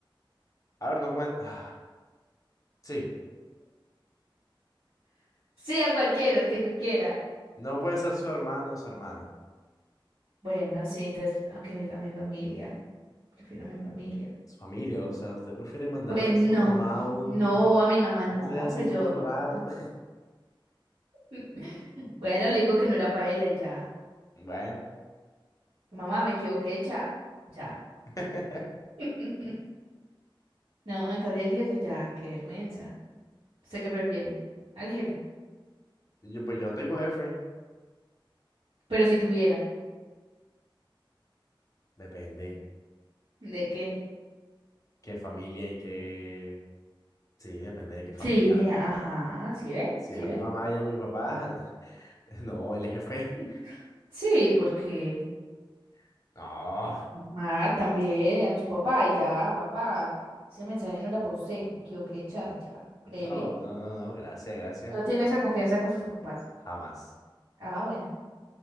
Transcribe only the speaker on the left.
A ver, no cuenta. <sighs> Sí.
No puede ser su hermano o su hermana,
su familia, o sea, usted prefiere mandarle
a
su mamá un,
no sé, así
todo
raro.
<laughs>
Bueno,
<laughs>
yo, pues yo no tengo jefe,
depende
qué familia y qué, sí, depende de qué familiar.
Si
es a
mi mamá y a mi papá, <laughs> no, el jefe,
<laughs> no,
no, no, no, no, gracias, gracias,
pero
no,
jamás.